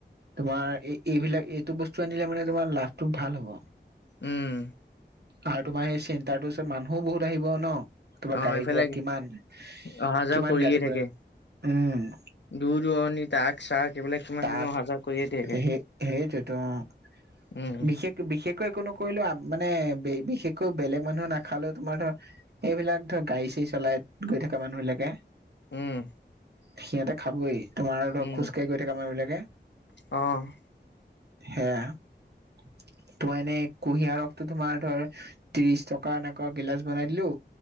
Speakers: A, on the right; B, on the left.
A: তোমাৰ, এই এইবিলাক এইটো বস্তু আনিলে মানে তোমাৰ লাভটো ভাল হ'ব।
B: উম।
A: আৰু তোমাৰ সেই চেণ্টাৰটোৰ ওচৰত মানুহোও বহুত আহিব ন। তোমাৰ
B: অ
A: গাড়ী
B: এইফালে
A: গুৰা কিমান,
B: অহা যোৱা
A: কিমান
B: কৰিয়ে
A: গাড়ী
B: থাকে
A: ঘুৰা, উম।
B: দূৰ দূৰণিত ৰ্তাক ৰ্চাক, এইবিলাক কিমান
A: তাত
B: মানুহ অহা যোৱা কৰিয়ে থাকে।
A: সেই সেইটোৱে অ'।
B: উম।
A: বিশেষ বিশেষকৈ একো নকৰিলোও মানে বিশেষকৈ বেলেগ মানুহ নাখালেঁও, তোমাৰ ধৰা এইবিলাক ধৰ গাড়ী চাড়ী চলাই গৈ থকা মানুহ বিলাকে।
B: উম।
A: সিহঁতে খাবই, তোমাৰ ধৰক
B: উম
A: খোজকাঢ়ি গৈ থাকা মানুহ বিলাকে।
B: অ'।
A: সেয়া, তোমাৰ এনেই কুঁহিয়াৰ ৰসটো তোমাৰ ধৰ ত্ৰিশ টকা এনেকুৱা গিলাচ বনাই দিলো।